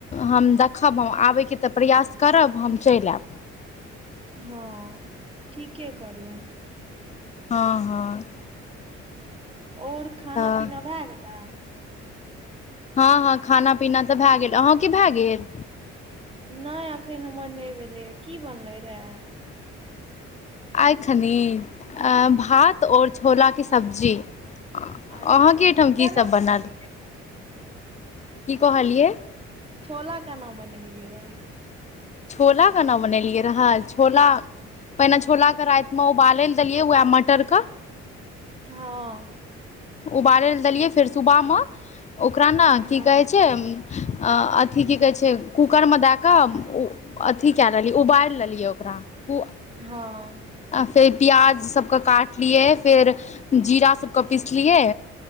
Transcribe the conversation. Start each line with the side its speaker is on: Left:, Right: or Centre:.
Left: हम दख खब हम, आबैके तऽ प्रयास करब हम चलि ऐब।
Right: हँ ठीके करलहुं।
Left: हँ-हँ
Right: और खाना
Left: तऽ
Right: पीना भए गेलै।
Left: हँ-हँ खाना पीना तऽ भैं गेल, अहां के भैं गेल।
Right: नहि एखन हमर नहि भेलैए, की बनलै रैं आय।
Left: आय खनि ऐं भात आओर छोलाके सब्जी। अहाँके
Right: अच्छा
Left: एहिठाम
Right: केना
Left: की सब बनल।
Right: बनेलियै
Left: की कहलियै।
Right: छोला केना बनेलियै रहें।
Left: छोला केना बनेलियै रहय, छोला पहिने छोलाके रातिमे ओ उबालै लए देलियै, उएह मटर क
Right: हँ
Left: उबालै लै दलियै फेर सुबह म ओकरा
Right: हँ
Left: की कहै छ य म् अँ अथी की कहै छै कूकरमे दए कऽ उ अथी के रहलिय, उबालि लेलिय ओकरा उ
Right: हँ
Left: आ फेर प्याज सबके काटलिय, फेर जीरा सबके पीसलिय